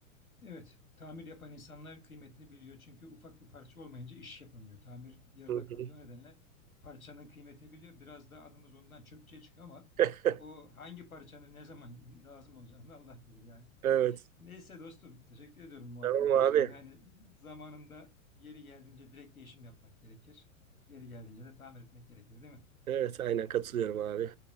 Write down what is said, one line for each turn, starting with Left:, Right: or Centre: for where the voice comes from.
Left: Evet, tamir yapan insanlar kıymetini biliyor. Çünkü ufak bir parça olmayınca iş yapamıyor. Tamir yarıda
Right: Hı hı.
Left: kalıyor. O nedenle parçanın kıymetini biliyor. Biraz da adımız ondan çöpçüye çıkıyor ama
Right: <laughs>
Left: o hangi parçanın ne zaman <laughs> lazım olacağını Allah bilir yani.
Right: Evet.
Left: Neyse dostum, teşekkür ediyorum muhabbetin
Right: Tamam abi.
Left: için. Yani zamanında yeri geldiğince direkt değişim yapmak gerekir. Yeri geldiğince de tamir etmek gerekir, değil mi?
Right: Evet aynen katılıyorum abi.